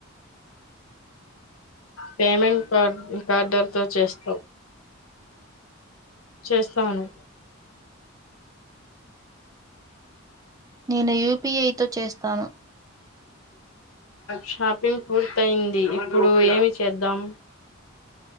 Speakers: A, on the left; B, on the right.
A: పేమెంట్ కార్డర్తో చేస్తావు చేస్తాను
B: నేను యూ పి ఐ తో చేస్తాను
A: షాపింగ్ పూర్తయింది. ఇప్పుడు ఏమి చేద్దాం